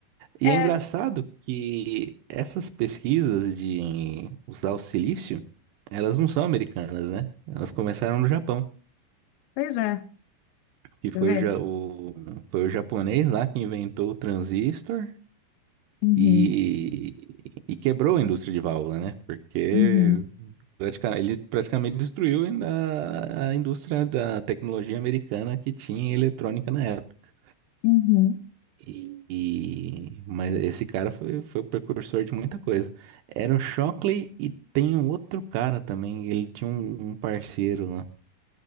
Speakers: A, on the right (about 80°); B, on the left (about 75°).
A: E
B: É,
A: é engraçado que essas pesquisas de usar o silício, elas não são americanas, né? Elas começaram no Japão.
B: pois é,
A: que
B: você
A: foi
B: vê.
A: o, ja- o- foi o japonês lá que inventou o transistor
B: Uhum.
A: e, e quebrou a indústria de válvula, né? Porque
B: Uhum,
A: pratica- ele praticamente destruiu ainda a indústria da tecnologia americana que tinha eletrônica na época.
B: uhum.
A: E, e- mas esse cara foi, foi o precursor de muita coisa. Era o Shockley e tem um outro cara também. Ele tinha um, um parceiro lá.